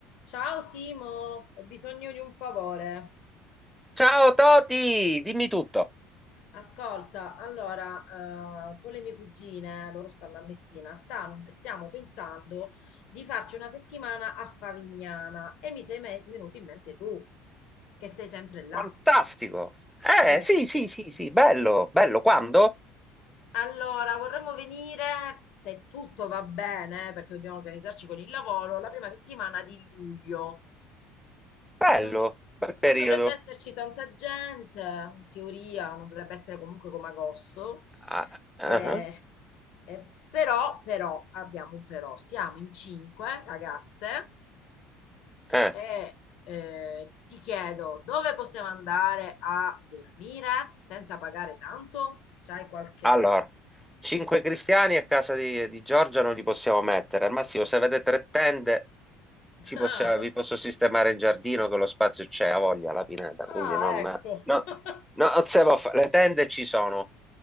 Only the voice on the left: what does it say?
Ciao Simo, ho bisogno di un favore.
Ascolta, allora, eh, con le mie cugine, loro stanno a Messina, stan- stiamo pensando di farci una settimana a Favignana e mi sei me- venuto in mente tu, che sei sempre là.
Ecco,
Allora, vorremmo venire, se tutto va bene, eh, perché dobbiamo organizzarci con il lavoro, la prima settimana di luglio.
Non, dov-
non
dovrebbe esserci tanta gente, in teoria, non dovrebbe essere comunque come agosto.
Eh,
eh, però, però, abbiamo un però. Siamo in cinque ragazze
e eh, ti chiedo dove possiamo andare a dormire senza pagare tanto? C'hai qualche...
<laughs>
Ah,
ah, ecco.
<laughs>